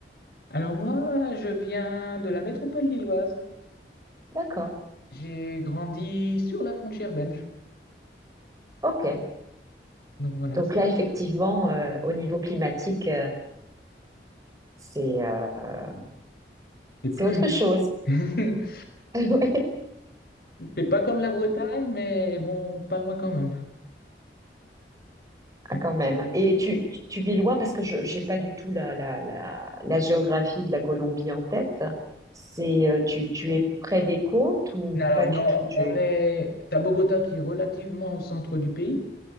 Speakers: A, on the left; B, on the right.
A: Alors moi, je viens de la métropole lilloise.
B: D'accord.
A: J'ai grandi sur la frontière belge.
B: OK.
A: Donc voilà,
B: Donc
A: c'est
B: là, effectivement, euh, au niveau climatique, euh, c'est euh,
A: c'est
B: c'est
A: plus
B: autre chose. <laughs>
A: vieux. <laughs>
B: Ouais.
A: C'est pas comme la Bretagne, mais bon, pas loin quand même. Donc,
B: Ah, quand même. Et tu, tu tu vis loin parce que je j'ai pas du tout la, la, la, la géographie de la Colombie en tête. C'est euh, tu, tu es près des côtes ou
A: alors
B: pas du
A: non,
B: tout? Tu
A: on
B: es...
A: est à Bogota qui est relativement au centre du pays.